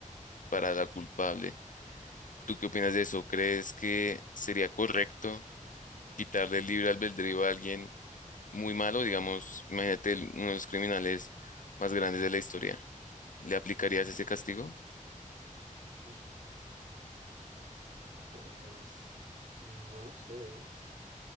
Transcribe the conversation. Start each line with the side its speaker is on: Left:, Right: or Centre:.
Left: para la culpable. ¿Tú qué opinas de eso? ¿Crees que sería correcto quitarle el libre albedrío a alguien muy malo? Digamos, imagínate el- uno de los criminales más grandes de la historia. ¿Le aplicarías ese castigo?
Right: Ujú. Pues no lo sé,